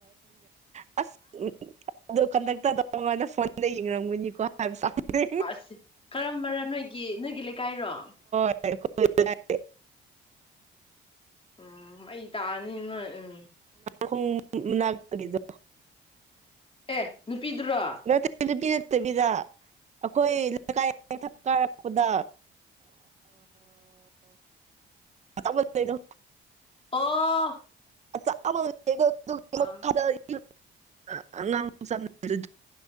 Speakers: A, on the right; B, on the left.
A: ꯑꯁ ꯑꯗꯨ ꯀꯗꯛꯇ ꯃꯉꯥꯟꯗ ꯐꯣꯟꯗ ꯌꯦꯡꯔꯝꯒꯅꯤꯀꯣ ꯍꯥꯏꯕ ꯁꯥꯕꯅꯦ
B: ꯑꯁ ꯀꯔꯝꯕꯔ ꯅꯣꯏꯒꯤ ꯅꯣꯏꯒꯤ ꯂꯩꯀꯥꯏꯔꯣ
A: ꯦ
B: ꯎꯝ ꯑꯩ ꯇꯥꯛꯑꯅꯤ ꯅꯣꯏ ꯎꯝ
A: ꯈꯣꯡ ꯃꯅꯥꯒꯤꯗ
B: ꯑꯦ ꯅꯨꯄꯤꯗꯨꯔꯣ
A: ꯅꯅꯠꯇꯕꯤꯗꯥ ꯑꯩꯈꯣꯏ ꯂꯩꯀꯥꯏꯊꯛ ꯀꯥꯔꯛꯄꯗ ꯑꯗ
B: ꯑꯣ
A: ꯉ
B: ꯑꯥ
A: <unintelligible>